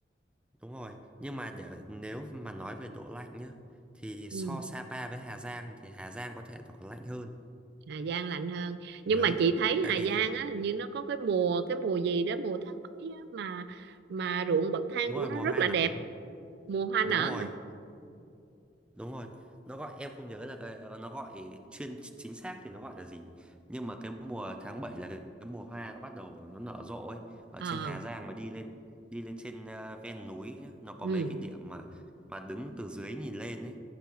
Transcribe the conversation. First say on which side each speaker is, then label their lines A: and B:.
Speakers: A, in the centre; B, on the right.
A: Đúng rồi, nhưng mà để nếu mà nói về độ lạnh nhá thì
B: ừ.
A: so Sapa với Hà Giang thì Hà Giang có thể nó còn lạnh hơn.
B: Hà Giang lạnh hơn nhưng
A: Đấy.
B: mà chị thấy
A: Tại
B: Hà
A: vì
B: Giang
A: Hà-
B: á hình như nó có cái mùa cái mùa gì đó mùa tháng mấy á, mà mà ruộng bậc thang
A: đúng
B: của
A: rồi
B: nó
A: mùa
B: rất
A: hoa
B: là
A: nở.
B: đẹp mùa hoa
A: Đúng
B: nở
A: rồi,
B: hả
A: đúng rồi. Nó gọi em không nhớ là cái, nó gọi chuyên chính xác thì nó gọi là gì. Nhưng mà cái mùa tháng 7 là cái, cái mùa hoa nó bắt đầu nó nở rộ ấy ở
B: ờ
A: trên Hà Giang mà đi lên đi lên trên ờ, ven núi nhá, nó có
B: ừ
A: mấy cái điểm mà mà đứng từ dưới nhìn lên ấy.